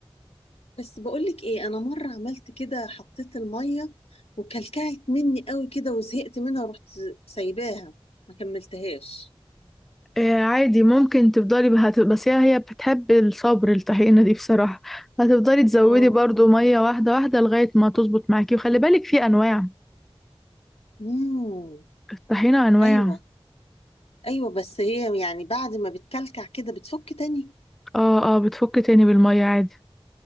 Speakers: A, on the left; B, in the centre.
A: بس بقولك ايه انا مرة عملت كده حطيت المية وكلكعت مني قوي كده وزهقت منها ورحت سايباها ما كملتهاش
B: آه عادي ممكن تفضلي بها بس هي هي بتحب الصبر الطحينة دي بصراحة هتفضلي تزودي
A: اه
B: برضو مية واحدة واحدة لغاية ما تظبط معاكي وخلي بالك في انواع
A: امم
B: الطحينة انواع
A: ايوه ايوه بس هي يعني بعد ما بتكلكع كده بتفك تاني
B: اه اه بتفك تاني بالمية عادي